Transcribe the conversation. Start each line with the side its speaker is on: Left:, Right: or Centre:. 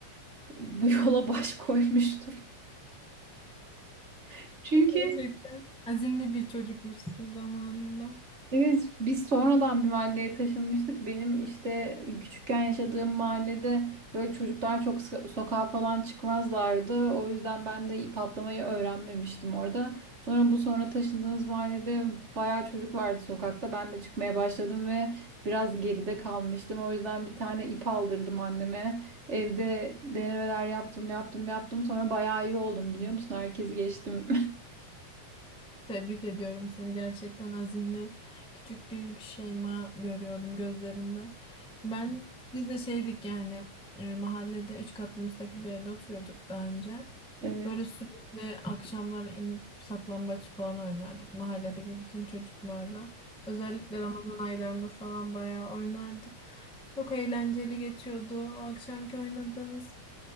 Right: <laughs> Bu yola baş koymuştum. <laughs> Çünkü
Centre: Gerçekten. Azimli bir çocukmuşsun zamanında.
Right: Evet, biz sonradan bir mahalleye taşınmıştık. Benim işte küçükken yaşadığım mahallede böyle çocuklar çok so- sokağa falan çıkmazlardı. O yüzden ben de ip atlamayı öğrenmemiştim orada. Sonra bu sonra taşındığımız mahallede bayağı çocuk vardı sokakta. Ben de çıkmaya başladım ve biraz geride kalmıştım. O yüzden bir tane ip aldırdım anneme. Evde denemeler yaptım, yaptım, yaptım. Sonra bayağı iyi oldum biliyor musun? Herkesi geçtim.
Centre: Tebrik ediyorum seni gerçekten azimli küçük bir şeyma görüyorum gözlerinde. Ben biz de şeydik yani e, mahallede üç katlı müstakil bir evde oturuyorduk daha önce.
Right: <laughs> Evet.
Centre: Böyle sürekli akşamları inip saklambaç falan oynardık mahalledeki bütün çocuklarla. Özellikle Ramazan aylarında falan bayağı oynardık. Çok eğlenceli geçiyordu o akşamki oynadığımız.